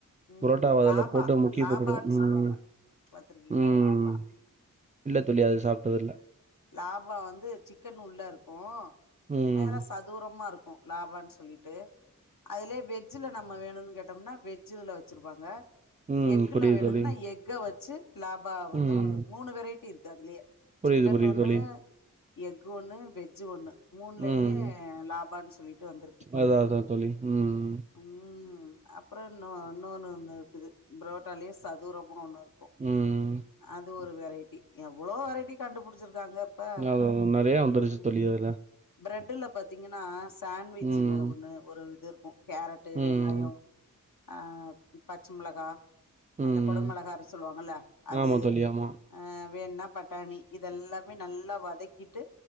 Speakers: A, on the left; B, on the right.
A: ம்
B: புரோட்டாவ
A: லாபா
B: அதுல போட்டு முக்கி
A: லாபானு
B: போட்டுடு ம்
A: சொல்லுவாங்க பாத்திருக்கீங்களா
B: ம்
A: லாபா
B: இல்ல தோழி அது சாப்ட்டது இல்ல
A: லாபா வந்து சிக்கன் உள்ள இருக்கும்
B: ம்
A: மேல சதுரமா இருக்கும் லாபானு சொல்லிட்டு அதுலயே வெஜ்ஜில நம்ம வேணுனு கேட்டோம்னா வெஜ்ஜில வெச்சிருப்பாங்க
B: ம்
A: எக்குல
B: புரியுது
A: வேணும்னா
B: தோழி
A: எக்க வச்சு லாபா வந்து
B: ம்
A: மூணு வெரைட்டி இருக்கு அதுலயே
B: புரியுது
A: சிக்கன்
B: புரியுது
A: ஒன்னு
B: தோழி
A: எக்கு ஒண்ணு வெஜ்ஜூ ஒண்ணு மூணுலயுமே
B: ம்
A: லாபான்னு சொல்லிட்டு வந்திருக்கு இப்ப
B: அதா அதா தோழி ம்
A: ம் அப்றம் இன்னொ இன்னொன்னு ஒண்ணு இருக்குது புரோட்டாலயே சதுரமா ஒன்னு இருக் கும்
B: ம்
A: அது ஒரு வெரைட்டி எவ்ளோ வெரைட்டி கண்டுபிடிச்சிருக்காங்க ப்ப
B: அது நெறைய வந்துருச்சு
A: ம்
B: தோழி அதுல
A: பிரெட்ல பாத்தீங்கன்னா சாண்ட்விட்சல
B: ம்
A: ஒண்ணு ஒரு இது இருக்கும் கேரட்டு வெங்காயம்
B: ம்
A: அ பச்ச மிளகா
B: ம்
A: அந்த கொடமிளகா சொல்லுவாங்கல்ல அது
B: ஆமா தோழி ஆமா
A: ஆ வேண்ணா பட்டாணி இத எல்லாமே நல்லா வதக்கிட்டு